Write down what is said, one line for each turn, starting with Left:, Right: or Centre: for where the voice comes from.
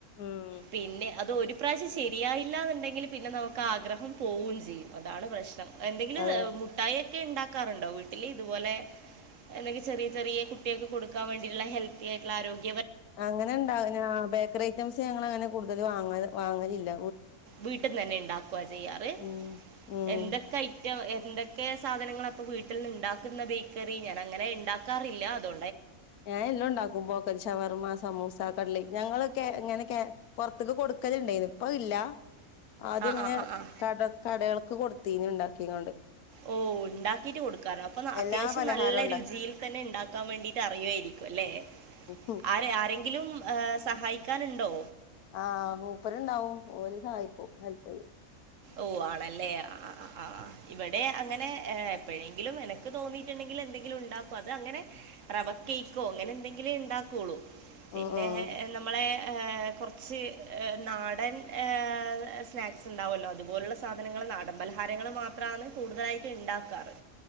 Left: ഉം
Right: പിന്നെ അത് ഒരു ഇപ്രാവശ്യം ശരിയായില്ലാ ന്ന്ണ്ടെങ്കില് പിന്നെ നമുക്ക് ആഗ്രഹം പോവും ചെയ്യും അതാണ് പ്രശ്നം എന്തെങ്കിലു
Left: അതെ
Right: മുഠായി ക്കെ ഇണ്ടാക്കാറ്ണ്ടോ വീട്ടില് ഇതുപോലെ എന്തെങ്കി ചെറിയ ചെറിയ കുട്യേക്ക് കൊടുക്കാ വേണ്ടിട്ടുള്ള ഹെൽത്തി ആയിട്ടുള്ള ആരോഗ്യാ
Left: അങ്ങനെ ഇണ്ടാ ബേക്കറി ഐറ്റംസ് ഞങ്ങളങ്ങനെ കൊടു വാങ്ങ വാങ്ങാലില്ല
Right: വീട്ട്ന്നന്നെ ഇണ്ടാക്കുവാ ചെയ്യാറ്
Left: ഉം ഉം
Right: എന്തൊക്കെ ഐറ്റ എന്തൊക്കെ സാധനങ്ങളാ അപ്പോ വീട്ട്ൽന്ന് ഇണ്ടാക്കുന്ന ബേക്കറി ഞാൻ അങ്ങനെ ഇണ്ടാക്കാറില്ല അതൊ
Left: ഞാൻ എല്ലം ണ്ടാക്കും ബോക്കറ്റ് ഷവർമ, സമൂസാ കലി ഞങ്ങളൊക്കെ എങ്ങനൊക്കെ പുറത്തക്ക് കൊടുക്കലണ്ടായിരുന്നു ഇപ്പ ഇല്ല ആദ്യം
Right: ആ
Left: ഇങ്ങനെ
Right: ആ ആ ആ
Left: കട കടകൾ കൊടുതീന ഉണ്ടാക്കിയണ്ട്
Right: ഓ ഉണ്ടാക്കിട്ട് കൊടു കാരണം അപ്പൊ അത്യാവശ്യം
Left: എല്ലാ പലഹാരവും
Right: നല്ല
Left: ഉണ്ടാ
Right: രുചിയിൽ തന്നെ ഇണ്ടാക്കാൻ വേണ്ടീട്ട് അറിയുവായിരിക്കും അല്ലെ?
Left: ഉം
Right: ആരെ ആരെങ്കിലും ഏഹ് സഹായിക്കാനുണ്ടോ?
Left: ആഹ് മൂപ്പര് ഇണ്ടാവും. ഓല് സഹായിക്കും ഹെൽപ്പെയ്യും.
Right: ഓ ആണല്ലേ അ ആഹ് ആഹ് ഇവിടെ അങ്ങനെ എ എപ്പെഴെങ്കിലും എനക്ക് തോന്നീട്ട്ണ്ടെങ്കിൽ എന്തെങ്കിലും ഇണ്ടാക്കും, അത് അങ്ങനെ റവ കേയ്ക്കോ അങ്ങനെ എന്തെങ്കിലെ ഇണ്ടാക്കുള്ളൂ. പിന്നെ
Left: ഉം ഉം
Right: നമ്മളെ ഏഹ് കൊറച്ച് ഏഹ് നാടൻ ഏഹ് സ്നാക്സ് ഇണ്ടാവല്ലോ അ അതുപോലുള്ള സാധനങ്ങൾ നാടൻ പലഹാരങ്ങൾ മാത്രാണ് കൂടുതലായിട്ട് ഇണ്ടാക്കാറ്.